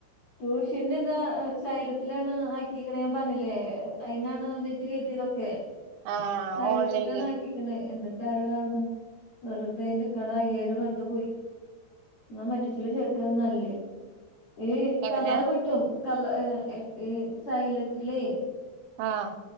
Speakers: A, on the left; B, on the right.
A: ട്യൂഷന്ന്താ ഏഹ് സൈലത്തിലാണ് ആക്കിക്ക്ണെ ഞാൻ പറഞ്ഞ്ലെ അയ്ന്നാണ് നെറ്റ് കേറ്റിതൊക്കെ.
B: ആഹ്
A: സൈലത്ത്ലാണ്
B: ഓൺലൈനില്
A: ആക്കി ക്ക്ണ് എന്നിട്ട് ആര കാൺണെ വെറ്തെ എന്റെ കട അയ്യായ്രം വെറ്തെ പോയി ഇന്ന മറ്റ്ച്ചില് ചേർക്ക ന്നല്ല് ഏഹ്
B: എങ്ങനെ
A: കളാഹ് വീട്ടും കള ഏഹ് സൈലത്ത്ലെ
B: ആഹ്